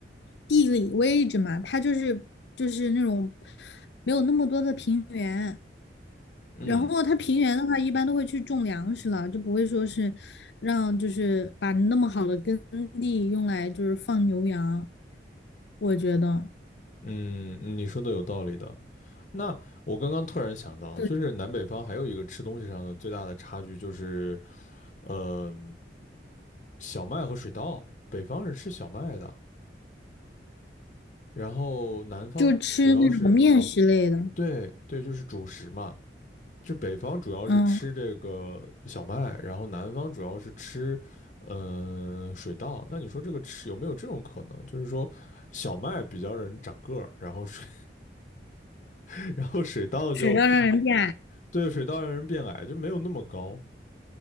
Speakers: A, on the left (about 75°); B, on the left (about 45°).
A: 地理位置嘛，它就是就是那种没有那么多的平原。
B: 嗯
A: 然后它平原的话，一般都会去种粮食了，就不会说是让就是把那么好的耕地用来就是放牛羊。我觉得，
B: 嗯，你说的有道理的。那我刚刚突然想到，
A: 对，
B: 就是南北方还有一个吃东西上的最大的差距，就是呃，小麦和水稻。北方是吃小麦的，然后南方主要是
A: 就吃那种面食类的，
B: 对对，就是主食嘛。就北方主要是吃这个小麦，
A: 嗯，
B: 然后南方主要是吃，嗯、水稻。那你说这个吃有没有这种可能？就是说，小麦比较让人长个儿，然后水，<laughs> 然后水稻就，
A: 水稻让人变矮，
B: 对，水稻让人变矮，就没有那么高。